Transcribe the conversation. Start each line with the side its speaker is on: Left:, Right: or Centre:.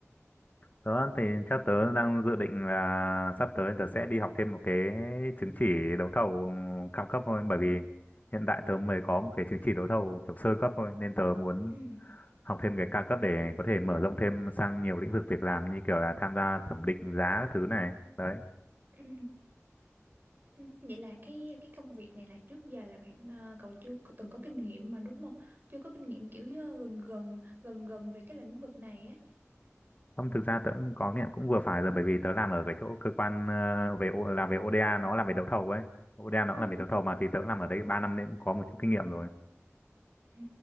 Left: Đó thì theo tớ đang dự định là sắp tới tớ sẽ đi học thêm một cái chứng chỉ đấu thầu cao cấp thôi bởi vì hiện tại tớ mới có một cái chứng chỉ đấu thầu kiểu sơ cấp thôi nên tớ muốn
Right: Ừ.
Left: học thêm cái cao cấp để có thể mở rộng thêm sang nhiều lĩnh vực việc làm như kiểu là tham gia thẩm định giá các thứ này. Đấy.
Right: Ừ. ừ. Vậy là cái cái công việc này là trước giờ là bạn ờ, cậu chưa có- từng có kinh nghiệm mà đúng không? Chưa có kinh nghiệm kiểu ờ, gần gần gần gần về cái lĩnh vực này ấy.
Left: Không thực ra tớ cũng có nghiệm cũng vừa phải rồi bởi vì tớ làm ở cái chỗ cơ quan ờ, về O- làm về ODA nó làm về đấu thầu ấy. ODA nó
Right: Ừ.
Left: cũng làm về đấu thầu mà thì tớ làm ở đấy 3 năm nên cũng có một chút kinh nghiệm rồi.
Right: Ừ.